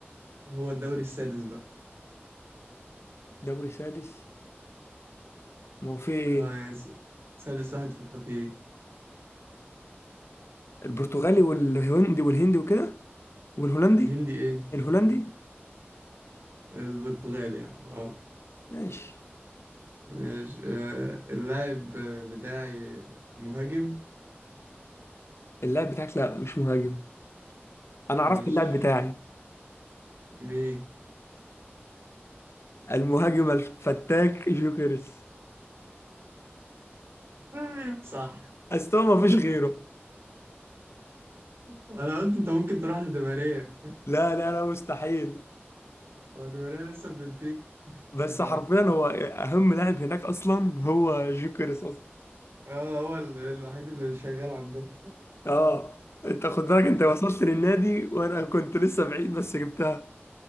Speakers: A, on the right; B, on the left.
A: هو الدوري السادس بقى
B: دوري سادس ما هو في ايه
A: اه يعني س- سادس واحد في التقييم
B: البرتغالي والهندي والهندي وكده والهولندي
A: هندي ايه
B: الهولندي
A: <laughs> البرتغال يا عم اه
B: ماشي
A: ماشي آه اللاعب بتاعي مهاجم
B: اللاعب بتاعك لا مش مهاجم انا
A: ماشي
B: عرفت اللاعب بتاعي
A: مين
B: المهاجم الفتاك جوكيرس
A: <laughs> صح
B: استوى ما فيش غيره
A: انا قلت انت ممكن تروح لدماريا
B: لا لا لا مستحيل
A: هو دماريا لسه في بنفيكا
B: بس
A: حلو
B: حرفيا هو اهم لاعب هناك اصلا هو جوكيرس اصلا
A: اه هو ال- الوحيد اللي شغال عندهم
B: اه انت خد بالك انت
A: ده.
B: وصلت للنادي وانا كنت لسه بعيد بس جبتها